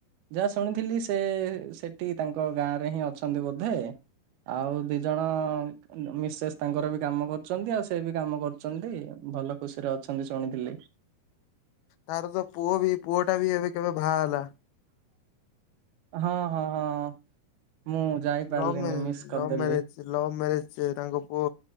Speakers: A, on the right; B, on the left.
A: ଯାହା ଶୁଣିଥିଲି ସେ ସେଠି ତାଙ୍କ ଗାଁ ରେ ହିଁ ଅଛନ୍ତି ବୋଧେ। ଆଉ ଦି ଜଣ ମିସେସ୍ ତାଙ୍କର ବି କାମ କରୁଛନ୍ତି ଆଉ ସେ ବି କାମ କରୁଛନ୍ତି ଭଲ ଖୁସିରେ ଅଛନ୍ତି ଶୁଣିଥିଲି।
B: ତାର ତ ପୁଅ ବି ପୁଅ ଟା ବି ଏବେ କେବେ ଭାଆ ହେଲା।
A: ହଁ, ହଁ, ହଁ ମୁଁ ଯାଇପାରିଲିନି
B: ଲଭ୍ ମ୍ୟାରେଜ
A: ମିସ୍ କରିଦେଲି।
B: ଲଭ୍ ମ୍ୟାରେଜ ଲଭ୍ ମ୍ୟାରେଜ୍ ତାଙ୍କ ପୁଅ।